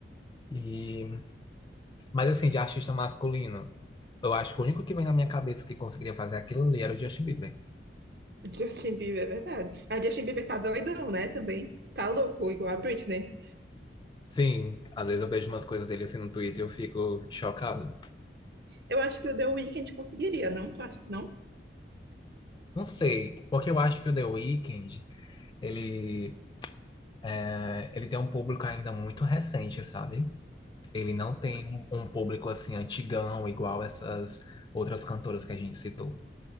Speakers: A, on the left; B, on the right.
A: E, mas assim, de artista masculino, eu acho que o único que vem na minha cabeça que conseguiria fazer aquilo ali era o Justin Bieber.
B: O Justin Bieber, é verdade. A Justin Bieber tá doidão, né? Também. Tá louco, igual a Britney.
A: Sim, às vezes eu vejo umas coisas dele assim no Twitter e eu fico chocado.
B: Eu acho que o The Weeknd conseguiria, não? Tu acha que não?
A: Não sei, porque eu acho que o The Weeknd, ele, eh, ele tem um público ainda muito recente, sabe? Ele não tem
B: Por-
A: um um público assim antigão, igual essas outras cantoras que a gente citou.